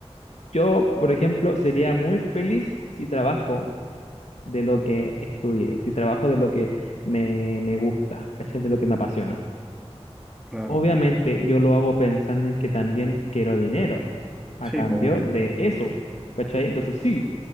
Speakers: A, on the left; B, in the centre.
A: Yo, por ejemplo, sería muy feliz si trabajo de lo que estudié, si trabajo de lo que me, me gusta, ¿cachai? De lo que me apasiona.
B: Claro.
A: Obviamente yo lo hago pensando en que también quiero dinero a
B: Sí,
A: cambio
B: voy.
A: de eso, ¿cachai? Entonces sí,